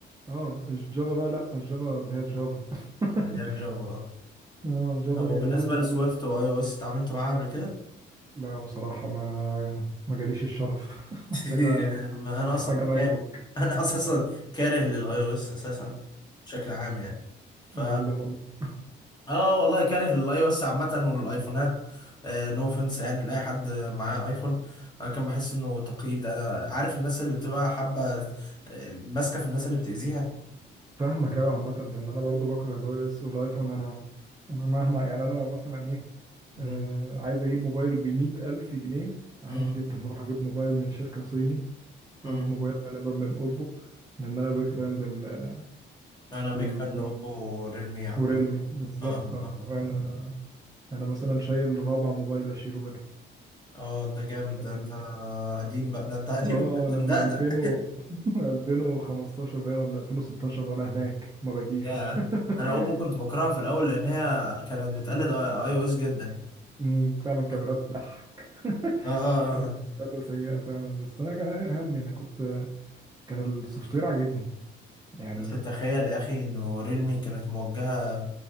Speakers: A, on the right; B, on the left.
A: اه الجافا بقى لا الجافا اللي هي الجافا <laughs>
B: اللي هي الجافا آه.
A: اه جافا
B: طب
A: جايبها
B: وبالنسبة
A: برضو
B: لسويفت
A: من
B: واي او اس اتعاملت معاها قبل كده؟
A: لا بصراحة ما ما جاليش الشرف <laughs> محتاجة
B: <laughs> ما انا
A: محتاجة
B: اصلا
A: ماك
B: كاره
A: بوك
B: انا اساسا كاره للاي او اس اساسا بشكل عام يعني ف
A: معلم والله
B: اه والله كاره للاي او اس عامة والايفونات نو اوفنس يعني لاي حد معاه ايفون لكن بحس انه تقييد انا عارف الناس اللي بتبقى حابة آه، ماسكة في الناس اللي بتأذيها
A: فاهمك أوي عامة لأن أنا برضو بكره الأي إس والأيفون أنا أنا مهما يعني أنا لو مثلا إيه
B: امم
A: آه عايز أجيب موبايل بمية ألف جنيه عادي
B: امم
A: جدا أروح أجيب موبايل من شركة صيني
B: امم
A: أروح أجيب موبايل غالبا من أوبو لأن أنا بيك فان لل...
B: انا بيك
A: لل...
B: فان اوبو ريلمي عامه
A: وريلمي بالظبط
B: اه اه
A: انا
B: اه
A: كمان انا انا مثلا شايل رابع موبايل اشيله منهم
B: اه ده جامد ده
A: يعني
B: انت قديم بقى ده انت قديم
A: اه
B: <laughs> ده انت
A: انا
B: مدقدق
A: من 2000 و <laughs> 2015 باين ولا 2016 وانا هناك ما باجيش
B: <laughs> يا
A: <laughs>
B: انا اوبو كنت بكرهها في الاول لان هي كانت بتقلد اي او اس جدا
A: أمم، <laughs> بتعمل كاميرات
B: اه
A: ضحك <laughs>
B: اه اه
A: كانت
B: آه.
A: فترة سيئة فعلا بس أنا كان آخر همي أنا كنت كان السوفت وير عاجبني يعني
B: بس تخيل يا اخي انه ريلمي كانت موجهه